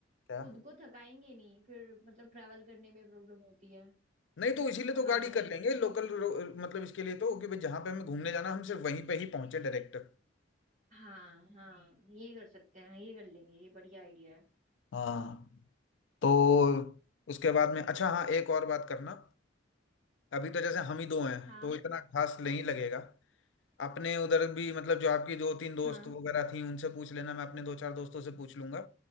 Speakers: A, on the left (about 70°); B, on the right (about 40°).
A: क्या
B: खुद को थकाएंगे नहीं फिर मतलब ट्रैवल करने में प्रॉब्लम होती है
A: नहीं तो इसीलिए
B: थकान
A: तो गाड़ी
B: में
A: कर लेंगे लोकल मतलब इसके लिए तो कि भाई जहाँ पे हमें घूमने जाना हम सिर्फ वहीं पे ही पहुंचे डायरेक्ट
B: हाँ हाँ ये कर सकते हैं ये कर लेंगे ये बढ़िया आइडिया है
A: हाँ तो उसके बाद में अच्छा हाँ एक और बात करना अभी तो जैसे हम ही दो हैं
B: हाँ
A: तो इतना खास नहीं लगेगा अपने उधर भी मतलब जो आपकी दो तीन दोस्त
B: हाँ
A: वगैरह थी उनसे पूछ लेना मैं अपने दो चार दोस्तों से पूछ लूंगा